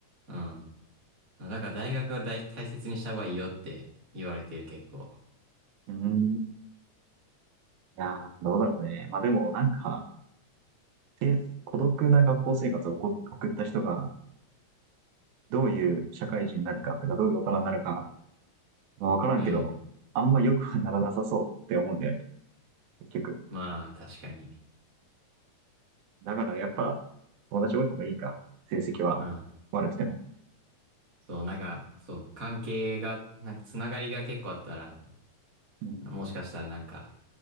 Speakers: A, on the right; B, on the right.
A: うん。だから大学は大、大切にした方がいいよって言われてる結構。
B: うん。いやー、どうだろうね。まあでも、なんか、で孤独な学校生活を送送った人が、どういう社会人になるかとか、どういう大人になるか、まあ、わからんけど、
A: うん。
B: あんま良くはならなさそうって思うんだよね、結局。
A: まあ、確かに。
B: だからやっぱ、友達多い方がいいか。成績は悪くても。
A: うん。そう、なんか、そう、関係が、なんかつながりが結構あったら、
B: うん。
A: もしかしたらなんか、